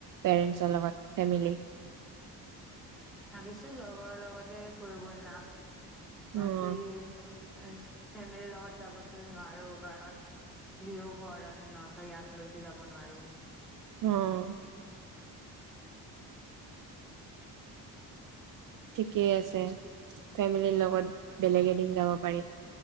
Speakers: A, on the right; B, in the centre.
A: পেৰেঞ্চৰ লগত ফেমিলি
B: ভাবিছো লগৰ লগতে ফুৰিব যাম বাকী
A: অ'
B: ফেমিলিৰ লগত যাবতো নোৱাৰো কাৰণ লিঅও ঘৰত আছে ন চ ইয়াক লৈতে যাব নোৱাৰো
A: অ' ঠিকেই আছে ফেমিলিৰ লগত বেলেগ এদিন যাব পাৰি